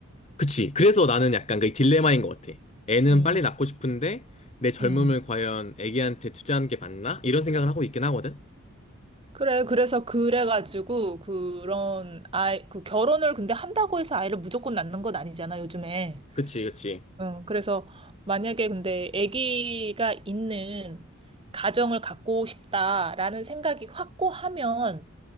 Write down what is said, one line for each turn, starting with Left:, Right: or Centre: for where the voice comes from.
Left: 그치. 그래서 나는 약간 그 딜레마인 것 같아. 애는
Right: 음,
Left: 빨리 낳고 싶은데 내 젊음을
Right: 음.
Left: 과연 애기한테 투자하는 게 맞나? 이런 생각을 하고 있긴 하거든?
Right: 그래, 그래서 그래가지고, 그런, 아이, 그 결혼을 근데 한다고 해서 아이를 무조건 낳는 건 아니잖아, 요즘에.
Left: 그치, 그치,
Right: 응, 그래서 만약에 근데 아기가 있는 가정을 갖고 싶다라는 생각이 확고하면